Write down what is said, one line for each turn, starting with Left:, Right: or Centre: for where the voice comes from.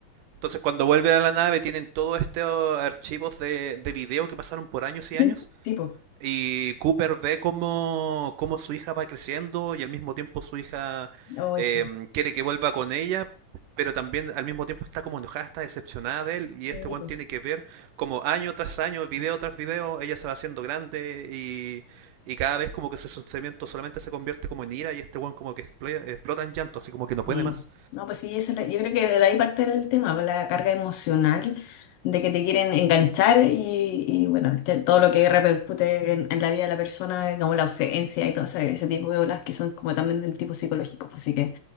Right: Entonces cuando vuelven a la nave tienen todos estos archivos de, de video que pasaron por años y
Left: Sí,
Right: años
Left: tipo.
Right: y Cooper ve cómo, cómo su hija va creciendo y al mismo tiempo su hija
Left: Hoy
Right: eh,
Left: sí.
Right: quiere que vuelva con ella, pero también al mismo tiempo está como enojada, está decepcionada de él y
Left: Sí,
Right: este one
Left: po.
Right: tiene que ver como año tras año, video tras video, ella se va haciendo grande y, y cada vez como que ese sentimiento solamente se convierte como en ira y este one como que explo- explota en llanto, así como que no puede
Left: Sí.
Right: más.
Left: No, pues sí, esa es la- yo creo que de ahí parte el tema, pues, la carga emocional de que te quieren enganchar y, y, bueno, te- todo lo que repercute en, en la vida de la persona, como la ausencia y todo ese, ese tipo de olas que son como también del tipo psicológico. pues, Así que